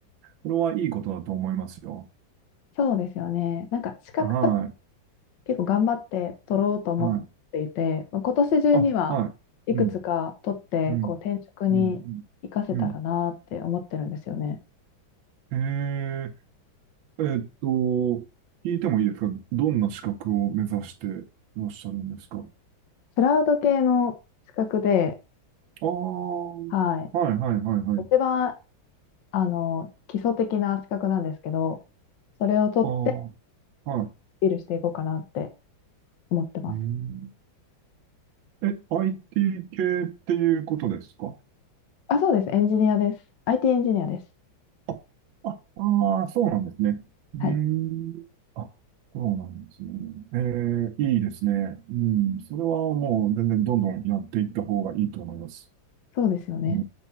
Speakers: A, on the right (about 80°); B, on the left (about 65°).
A: これはいいことだと思いますよ。
B: そうですよね。なんか資格とか
A: は
B: 結構頑張って取ろうと思っていて、
A: い、はい。
B: まあ今年中にはいくつか取ってこう転職に活かせたらなって思ってるんですよね。
A: あ、はい。うん、うん、うん、うん。うんへええーっと、聞いてもいいですかどんな資格を目指していらっしゃるんですかあ
B: クラウド系の資格で、
A: あー、
B: はい、
A: はいはいはいはい。
B: 一番あの基礎的な資格なんですけど、それを取ってア
A: ああ、はい。
B: ピールしていこうかなって思ってます。
A: うん、え、IT 系っていうことですか
B: あ、そうです。エンジニアです。IT エンジニアです。
A: あ、あ、あーそうなんですね。うーん。
B: はい、
A: あ、そうなんですね。えー、いいですね。うん。それはもう全然どんどんやっていった方がいいと思います。
B: そうですよね。
A: うん